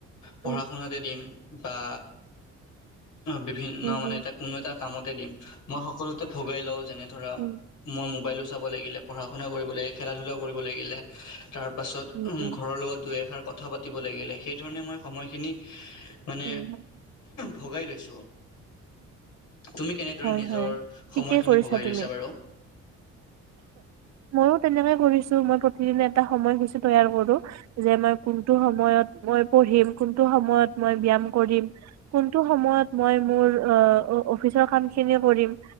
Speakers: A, on the left; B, on the right.
A: পঢ়া-শুনাতে
B: উম,
A: দিম বা বিভিন্ন
B: উম,
A: মানে
B: উম,
A: এটা কোনো এটা দিম, মই সকলোতে ভগাই লওঁ, যেনে ধৰা
B: উম,
A: মই মোবাইলো চাব লাগিলে, পঢ়া-শুনা কৰিব লাগে, খেলা ধূলাও কৰিব লাগিলে। তাৰ পাছত
B: উম, উম,
A: ঘৰৰ লগত দুই এষাৰ কথা পাতিব লাগিলে, সেইধৰণে মই সময়খিনি মানে
B: উম,
A: ভগাই লৈছোঁ। তুমি কেনেদৰে
B: হয়,
A: নিজৰ
B: হয়, ঠিকেই
A: সময়খিনি
B: কৰিছা
A: ভগাই লৈছা?
B: তুমি।
A: বাৰু
B: ময়ো তেনেকে কৰিছো, মই প্ৰতিদিনে এটা সময়সূচী তৈয়াৰ কৰোঁ। যে মই কোনটো সময়ত মই পঢ়িম, কোনটো সময়ত মই ব্যায়াম কৰিম। কোনটো সময়ত মই মোৰ, অ', অফিচৰ কাম খিনি কৰিম।